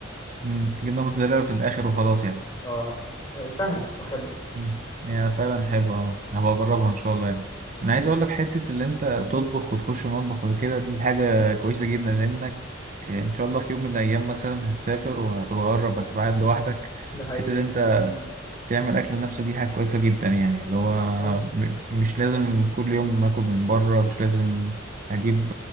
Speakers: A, on the right; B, on the left.
A: مم، جبنة موتزاريلا في الاخر وخلاص يعني
B: اه آه، سهلة وحلوة
A: مم، هي فعلا حلوة اه هبقى اجربها ان شاء الله يعني انا عايز اقول لك حتة اللي انت تطبخ وتخش المطبخ وكده دي حاجة كويسة جدا لانك ان شاء الله في يوم من الايام مثلا هتسافر وهتتغرب هتبقى قاعد لوحدك
B: ده حقيقي
A: حتة اللي انت
B: مم.
A: تعمل أكل لنفسك دي حاجة كويسة جدا يعني اللي هو
B: ده اساسي
A: م- مش لازم كل يوم آكل من بره مش لازم أجيب